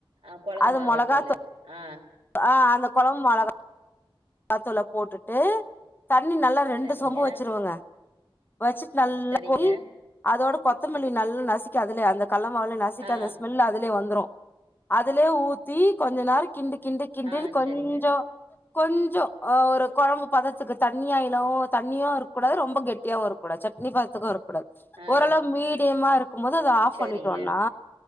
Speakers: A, on the right; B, on the left.
A: ஆ கொழம்பு
B: அது
A: மொளகாத்
B: மொளகாத்தூள்
A: தூளு ஆ
B: ஆ அந்த கொழம்பும் மொள காத்தூள போட்டுட்டு தண்ணி நல்லா ரெண்டு
A: சரிங்க
B: சொம்பு வச்சிருவங்க வச்சுட்டு நல்லா
A: சரிங்க
B: கொய் அதோட கொத்தமல்லி நல்லா நசிக்கி அதுல அந்த கள்ள மாவுளே நசு நசுக்கி
A: ஆ
B: அந்த ஸ்மெல் அதுலயே வந்துரும் அதுலயே ஊத்தி கொஞ்ச நேரம் கிண்டு கிண்டு கிண்டுன்னு
A: ஆ
B: கொஞ்ஜோ
A: சரிங்க
B: கொஞ்ஜோ அ ஒரு கொழம்பு பதத்துக்கு தண்ணியா இல்லாம தண்ணியு இருக்க கூடாது ரொம்ப கெட்டியாகவும் இருக்கூடா சட் னி பதத்துக்கு இருக்க கூடாது
A: ஆ
B: ஓரளவு மீடியமா இருக்கும் போது அத ஆஃப்
A: சரிங்க
B: பண்ணிட்டோனா